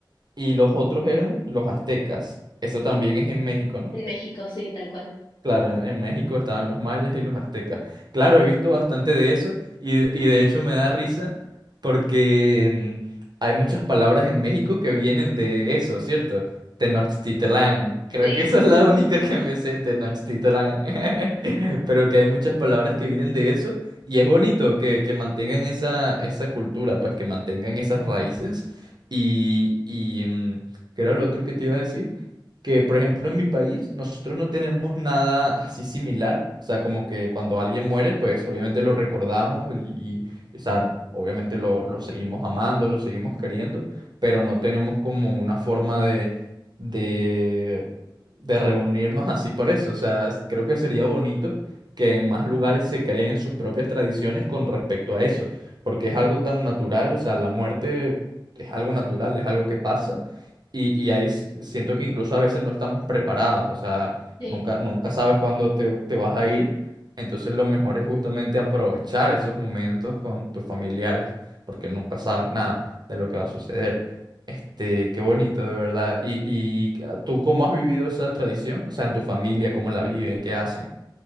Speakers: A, on the right; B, on the left.
A: y los otros eran los aztecas. Eso también es en México, ¿no?
B: En México, sí, tal cual.
A: Claro, en en México estaban los mayas y los aztecas. Claro, he visto bastante de eso y, y de hecho me da risa porque mm, hay muchas palabras en México que vienen de eso, ¿cierto? Tenochtitlán. Creo
B: Sí,
A: que <laughs> esa es la única que me sé, Tenochtitlán. <laughs> Pero que hay muchas palabras que vienen de eso y es bonito que, que mantengan esa, esa cultura, pues que mantengan esas raíces. Y, y mm, ¿qué era lo otro que te iba a decir? que, por ejemplo, en mi país nosotros no tenemos nada así similar. O sea, como que cuando alguien muere, pues obviamente lo recordamos y, y, o sea, obviamente lo, lo seguimos amando, lo seguimos queriendo, pero no tenemos como una forma de, de, de reunirnos así por eso. O sea, s- creo que sería bonito que en más lugares se creen sus propias tradiciones con respecto a eso, porque es algo tan natural, o sea, la muerte es algo natural, es algo que pasa y, y ahí s- siento que incluso a veces no estamos preparados, o sea,
B: sí.
A: nunca, nunca sabes cuándo te, te vas a ir. Entonces lo mejor es justamente aprovechar esos momentos con tus familiares, porque nunca sabes nada de lo que va a suceder. Este, qué bonito, de verdad. ¿Y, y ah, tú cómo has vivido esa tradición? O sea, en tu familia, ¿cómo la viven? ¿Qué hacen?